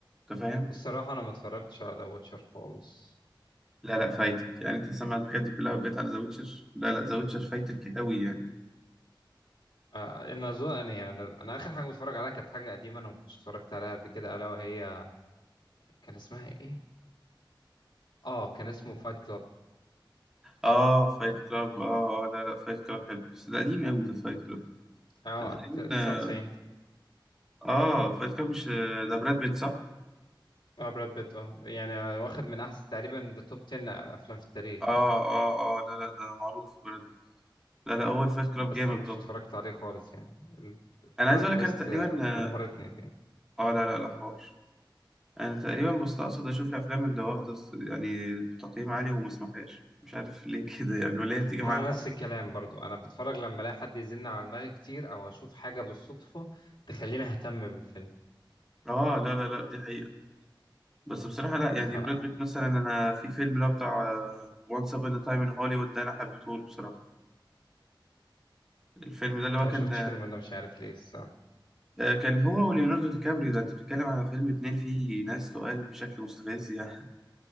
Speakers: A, in the centre; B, on the left.
A: انت فاهم
B: الصراحة انا ما اتفرجتش على ذا واتشر خالص
A: لا لا فايتك يعني انت سمع الحاجات دي كلها وجت على ذا ويتشر لا لا ذا ويتشر فايتك قوي يعني
B: آه، ان اظن يعني انا أنا اخر حاجة متفرج عليها كانت حاجة قديمة انا ما كنتش اتفرجت عليها قبل كده الا وهي كان اسمها ايه اه كان اسمه فايت كلاب
A: اه فايت كلاب اه اه لا لا فايت كلاب حلو بس ده قديم قوي ده فايت كلاب
B: اه
A: ده تقريبا
B: ت- 99
A: اه فايت كلاب مش ده براد بيت صح
B: اه براد بيت اه يعني آه، واخد من احسن تقريبا ده توب 10 افلام في التاريخ
A: اه
B: يعني
A: اه اه لا لا ده معروف براد بيت لا لا اول فايت كلاب
B: بس
A: جامد
B: انا ما
A: طبعا
B: كنتش اتفرجت عليه خالص يعني البلوت
A: انا عايز اقول
B: تويست
A: لك انا تقريبا
B: آه، دمرتني
A: اه
B: فيه
A: آه، لا لا لا حوار انا تقريبا بستقصد اشوف الافلام اللي واخده س- يعني تقييم عالي وما اسمحهاش مش عارف ليه كده يعني ولا هي بتيجي
B: ما
A: معايا
B: انا
A: حظ
B: نفس الكلام برضو انا بتفرج لما الاقي حد يزن على دماغي كتير او اشوف حاجه بالصدفه تخليني اهتم بالفيلم
A: اه لا لا لا دي حقيقة بس بصراحة لا يعني
B: ف انا
A: براد بيت مثلا أنا في فيلم اللي هو بتاع وانس أبون تايم إن هوليوود ده أنا حبيته له بصراحة الفيلم ده اللي هو
B: ما
A: كان
B: شفتش فيلم انا مش عارف ليه الصراحه
A: آه، كان هو وليوناردو دي كابريو ده أنت بتتكلم على فيلم اتنين فيه ناس تقال بشكل مستفز يعني